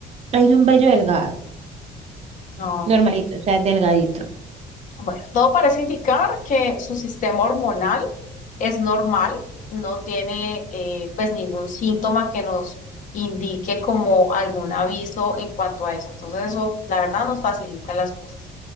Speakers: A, on the right (about 40°); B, on the left (about 50°).
A: Es un vello delgado,
B: Ok.
A: normalito, o sea, delgadito.
B: Bueno, todo parece indicar que su sistema hormonal es normal, no tiene eh, pues ningún síntoma que nos indique como algún aviso en cuanto a eso. Entonces eso, la verdad, nos facilita las cosas.